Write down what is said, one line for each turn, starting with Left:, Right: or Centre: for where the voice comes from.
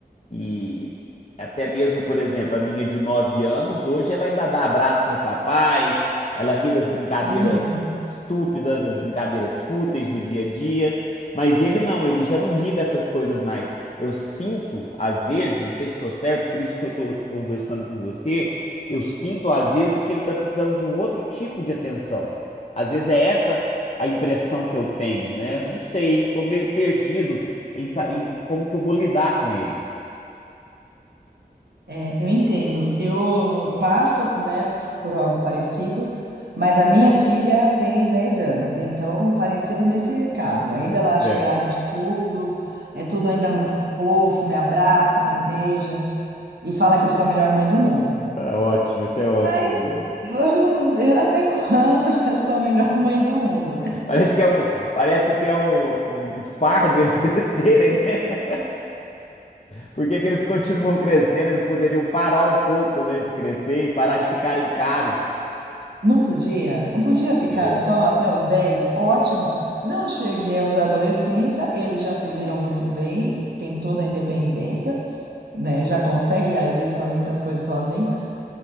Left: e até mesmo, por exemplo, a minha de 9 anos, hoje ela ainda dá abraço no papai, ela ri das brincadeiras
Right: Uhum.
Left: estúpidas, das brincadeiras fúteis do dia a dia. Mas ele não, ele já não ri dessas coisas mais. Eu sinto, às vezes, não sei se estou certo, por isso que eu estou conversando com você, eu sinto, às vezes, que ele está precisando de um outro tipo de atenção. Às vezes é essa a impressão que eu tenho, né? Não sei, estou meio perdido em, sa- em como que eu vou lidar com ele.
Right: É, eu entendo. Eu passo, né, por algo parecido, mas a minha filha tem 10 anos, então parecido nesse caso. Ainda ela acha
Left: Certo.
Right: graça de tudo, é tudo ainda muito fofo, me abraça, me beija e fala que eu sou a melhor mãe do mundo.
Left: Tá ótimo, isso é ótimo
Right: Mas
Left: mesmo.
Right: vamos ver até quando <laughs> eu sou a melhor mãe do mundo, né?
Left: Parece que é um, parece que é um, um fardo eles <laughs> crescerem, né? Por que que eles continuam crescendo? Eles poderiam parar um pouco, né, de crescer e parar de ficarem caros.
Right: Não podia, não podia ficar
Left: Dia.
Right: só até os 10. ótimo. Não cheguemos à adolescência, eles já se viram muito bem, têm toda a independência. né? Já consegue, às vezes, fazer muitas coisas sozinho.